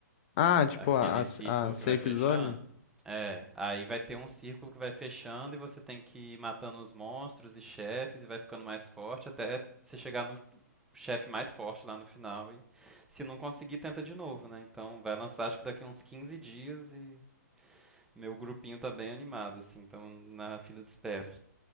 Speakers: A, on the left; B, in the centre.
A: Ah, tipo,
B: Aquele
A: a, a
B: círculo
A: a
B: que
A: safe
B: vai fechando.
A: zone?
B: É, aí vai ter um círculo que vai fechando e você tem que ir matando os monstros e chefes e vai ficando mais forte até você chegar no chefe mais forte lá no final e se não conseguir tenta de novo, né? Então vai lançar acho que daqui uns 15 dias e meu grupinho tá bem animado, assim, estamos na fila de espera.